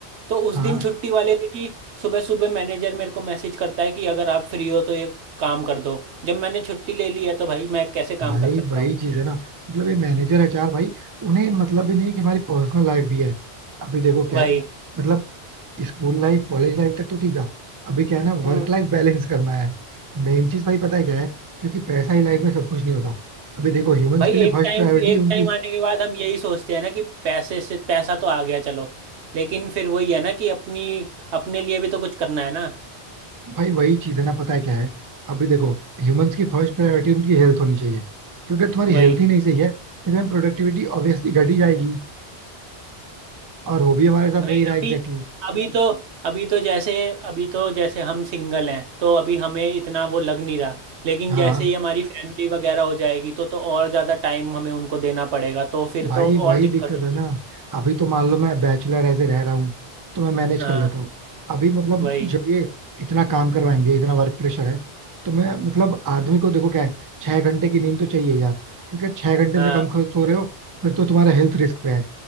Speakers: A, on the right (about 80°); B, on the right (about 30°).
A: तो उस
B: हाँ
A: दिन छुट्टी वाले दिन ही सुबह सुबह मैनेजर मेरे को मैसेज करता है कि अगर आप फ्री हो तो ये काम कर दो जब मैंने छुट्टी ले ली है तो भाई मैं कैसे काम
B: भाई
A: कर सकता
B: वही
A: हूँ
B: चीज है ना मतलब ये मैनेजर एचआर भाई उन्हें मतलब भी नहीं है कि हमारी पर्सनल लाइफ भी है अभी देखो क्या
A: वही
B: है मतलब स्कूल लाइफ कॉलेज लाइफ तक तो ठीक था अभी क्या है ना
A: हम्म
B: वर्क लाइफ बैलेंस करना है मेन चीज भाई पता है क्या है क्योंकि पैसा ही लाइफ में सब कुछ नहीं होता अभी देखो ह्यूमंस
A: भाई
B: के लिए
A: एक
B: फर्स्ट
A: टाइम
B: प्रायोरिटी
A: एक
B: उनकी
A: टाइम आने के बाद हम यही सोचते हैं ना कि पैसे से पैसा तो आ गया चलो लेकिन फिर वही है ना कि अपनी अपने लिए भी तो कुछ करना है ना
B: भाई वही चीज है ना पता है क्या है अभी देखो ह्यूमंस की फर्स्ट प्रायोरिटी उनकी हेल्थ होनी चाहिए क्योंकि अगर तुम्हारी हेल्थ
A: वही
B: ही नहीं सही है तो प्रोडक्टिविटी ऑब्वियसली घट ही जाएगी और हो भी हमारे साथ
A: भाई
B: वही रहा
A: अभी
B: एग्जैक्टली
A: अभी तो अभी तो जैसे अभी तो जैसे हम सिंगल हैं तो अभी हमें इतना वो लग नहीं रहा लेकिन
B: हाँ
A: जैसे ही हमारी फैमिली वगैरह हो जाएगी तो तो और ज़्यादा टाइम हमें उनको देना पड़ेगा तो फिर
B: भाई
A: तो और
B: वही
A: दिक्कत
B: दिक्कत
A: होगी
B: है ना अभी तो मान लो मैं बैचलर ऐसे रह रहा हूँ तो मैं मैनेज
A: हाँ
B: कर लेता हूँ अभी मतलब
A: वही
B: जब ये इतना काम करवाएंगे इतना वर्क प्रेशर है तो मैं मतलब आदमी को देखो क्या है छह घंटे की नींद तो चाहिए यार क्योंकि छह घंटे
A: हाँ
B: से कम खो- सो रहे हो फिर तो तुम्हारा हेल्थ रिस्क पे है